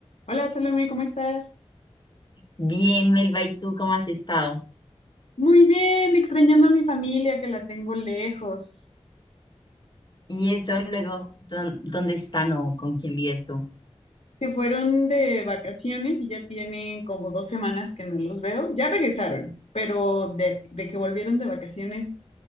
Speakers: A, on the left (about 80°); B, on the left (about 45°).
A: Hola Salome, ¿cómo estás?
B: Bien, Melba, ¿y tú cómo has estado?
A: Muy bien, extrañando a mi familia que la tengo lejos.
B: Y eso luego, ¿dón- ¿dónde están o con quién vives tú?
A: Se fueron de vacaciones y ya tienen como dos semanas que no los veo. Ya regresaron, pero de, de que volvieron de vacaciones